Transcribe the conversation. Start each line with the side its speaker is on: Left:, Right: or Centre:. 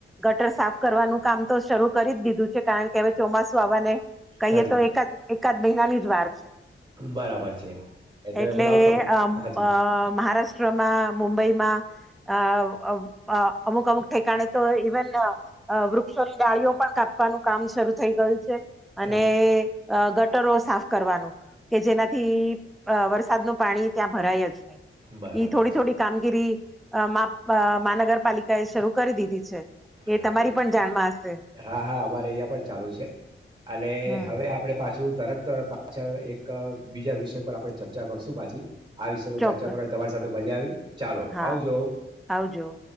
Centre: ગટર સાફ કરવાનું કામ તો શરૂ કરી જ દીધું છે કારણ કે હવે ચોમાસું આવાને. કઈએ
Right: હાજી
Centre: તો એકા ક મહિના ની જ વાર.
Right: બરાબર છે
Centre: એટલે
Right: મેં કહ્યું લાવો તમ
Centre: અ
Right: હાજી
Centre: મહારાષ્ટ્ર. મુંબઈમાં અ અ અમુક અમુક ઠેકાણે તો ઇવન વૃક્ષોની ડાળીઓ પણ કાપવાનું કામ શરૂ થઈ ગયું છે. અને.
Right: હા
Centre: અ ગટરો સાફ કરવાનું કે જેનાથી અ વરસાદનું પાણી ત્યાં ભરાય જ ન
Right: બરાબર
Centre: એઈ થોડી
Right: છે
Centre: થોડી કામગીરી અ મહાનગરપાલિકા એ શરૂ કરી દીધી છે. એ
Right: હા
Centre: તમારી
Right: જ
Centre: પણ જાણમાં હશે
Right: હા હા અમારે અહયા પણ ચાલુ છે, અને
Centre: હમ
Right: હવે આપે પાછું શું તરત પાછા એક બીજા વિષય પર આપણે ચર્ચા કરશું પાછી. આ વિષયમાં
Centre: ચોક્કસ
Right: ચર્ચા કરવાની તમારી સાથે મજા આવી. ચાલો
Centre: હા
Right: આવજો.
Centre: આવજો